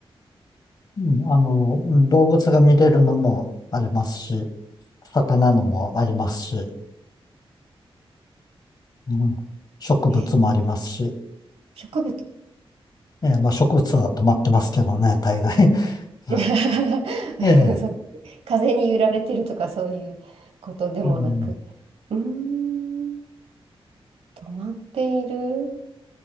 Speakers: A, on the left (about 45°); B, on the right (about 80°).
A: うんあの、うん動物が見れるのもありますし、魚のもありますし、うん、植物もありますし、
B: ええ、植物
A: えーまあ植物は止まってますけどね、大概。あ
B: <laughs>。
A: ええ、
B: そう風に揺られてるとかそういうことでもなく。
A: うん、
B: うーん、止まっている、